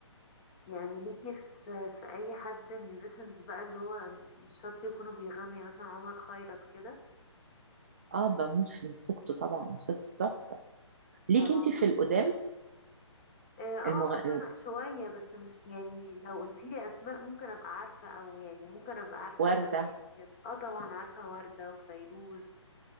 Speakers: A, on the left; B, on the right.
A: يعني ليكي في, في اي حد ميوزيشنز بقى اللي هو مش شرط يكونوا بيغنوا يعني مثلا عمر خيرت كده
B: اه بموت في موسيقته طبعا موسيقته تحفة ليكي
A: طبعا
B: انت في القدام
A: اه آه،
B: المغ...
A: طبعا شوية بس مش يعني لو قلتيلي اسماء ممكن ابقى عارفة او يعني ممكن ابقى عارفة
B: الوردة
A: الاغاني كده اه طبعا عارفة وردة وفيروز